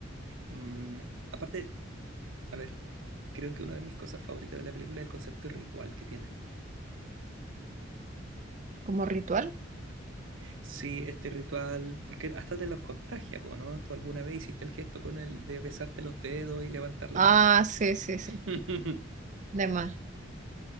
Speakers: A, on the right (about 80°); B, on the right (about 40°).
A: Mm, aparte, a ver, creo que una de mis cosas favoritas de la película es el concepto de ritual que tiene.
B: ¿Como ritual?
A: Sí, este ritual, porque hasta te los contagia, po, ¿no? ¿Tú alguna vez hiciste el gesto con el de besarte los dedos y levantar la
B: Ah,
A: mano?
B: sí, sí, sí.
A: <laughs>
B: De más.